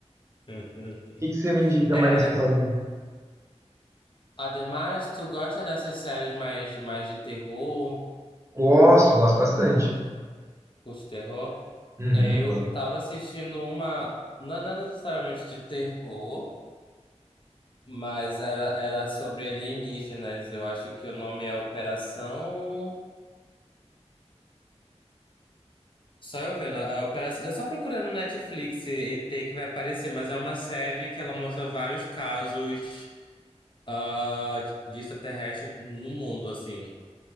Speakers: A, on the left; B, on the right.
A: <laughs>
B: que que você me indica
A: É.
B: mais uma aí?
A: Ademais, tu gosta dessas séries mais, mais de terror,
B: Gosto, gosto bastante.
A: curte terror?
B: Uhum,
A: Eu
B: gosto.
A: tava assistindo uma, não, não necessariamente de terror, mas era, era sobre alienígenas. Eu acho que o nome é Operação. Só eu vendo a a operação. Eu só procurando no Netflix e ET que vai aparecer, mas é uma série que ela mostra vários casos ah, de extraterrestres no mundo, assim.